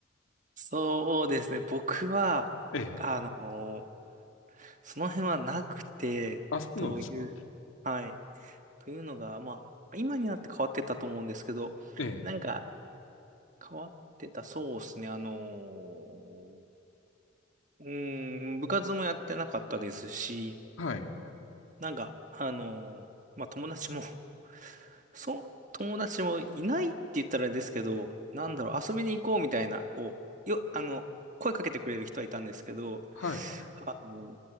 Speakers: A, on the right; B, on the left.
A: そうですね。僕は、
B: ええ。
A: あのーその辺はなくて、
B: あ、そうなんですか。
A: どういう、はい。というのが、まあ、今になって変わってたと思うんですけど、
B: ええ。
A: なんか変わってた、そうですね、あのーうーん、部活もやってなかったですし、
B: はい。
A: なんか、あのーまあ、友達も <laughs> そう、友達もいないって言ったらあれですけど、なんだろう、遊びに行こうみたいな、こう、よ、あの、声かけてくれる人はいたんですけど、
B: はい。
A: あの、